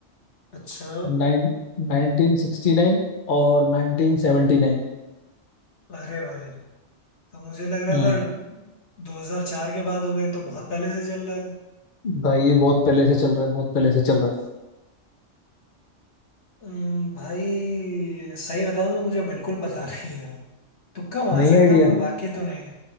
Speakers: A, on the left (about 65°); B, on the left (about 50°).
A: अच्छा
B: नाइन 1969 और 1979
A: अरे भाई तो मुझे लग रहा
B: हम्म
A: था 2004 के बाद हो गए तो बहुत पहले से चल रहा है
B: भाई ये बहुत पहले से चल रहा है बहुत पहले से चल रहा है
A: अम्म, भाई सही बताऊं तो मुझे बिल्कुल पता <laughs> नहीं है तुक्का मार
B: नहीं
A: सकता
B: आइडिया
A: हूँ मैं बाकी तो नहीं